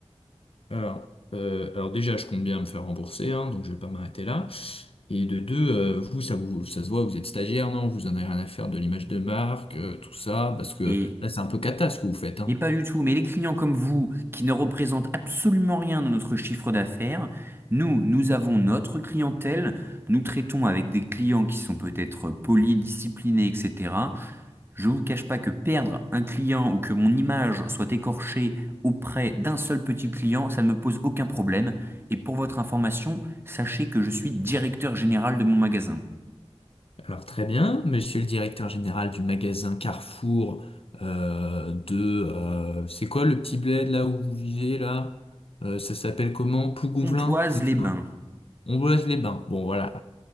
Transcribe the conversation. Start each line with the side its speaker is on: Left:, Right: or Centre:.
Left: Alors, euh, alors déjà, je compte bien me faire rembourser, hein, donc je vais pas m'arrêter là. Et de deux, euh, vous, ça vous, ça se voit, vous êtes stagiaire, non? Vous en avez rien à faire de l'image de marque, euh, tout ça, parce que
Right: Et
Left: là, c'est un peu cata ce que vous faites, hein.
Right: Mais pas du tout. Mais les clients comme vous, qui ne représentent absolument rien dans notre chiffre d'affaires, nous, nous avons notre clientèle, nous traitons avec des clients qui sont peut-être polis, disciplinés, etc. Je vous cache pas que perdre un client ou que mon image soit écorchée auprès d'un seul petit client, ça ne me pose aucun problème. Et pour votre information, sachez que je suis directeur général de mon magasin.
Left: Alors très bien, monsieur le directeur général du magasin Carrefour euh, de... euh, c'est quoi le petit bled là où vous vivez là? Euh, ça s'appelle comment? Plougonvelin,
Right: Pontoise-les-Bains.
Left: c'est ça? On boise les bains. Bon, voilà.